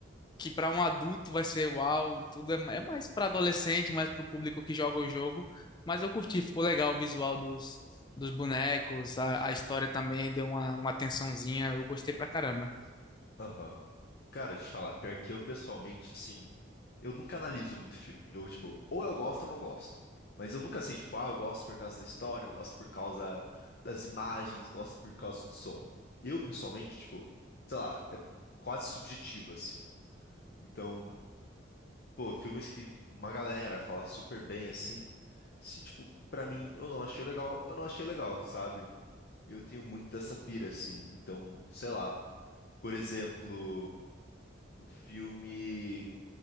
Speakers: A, on the left; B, on the left.
A: que para um adulto vai ser uau, tudo é, é mais para adolescente, mais para o público que joga o jogo. Mas eu curti, ficou legal o visual dos, dos bonecos, a, a história também deu uma, uma atençãozinha, eu gostei pra caramba.
B: Aham. Cara, te falar, pior que eu pessoalmente, assim. Eu nunca analiso muito filme. Eu, tipo, ou eu gosto ou não gosto. Mas eu nunca sei, tipo, ah, eu gosto por causa da história, eu gosto por causa das imagens, gosto por causa do som. Eu, pessoalmente, tipo, sei lá, é quase subjetivo, assim. Então, pô, filmes que uma galera fala super bem, assim, se, tipo, pra mim, eu não achei legal, eu não achei legal, sabe? Eu tenho muito dessa pira, assim. Então, sei lá, por exemplo, o filme,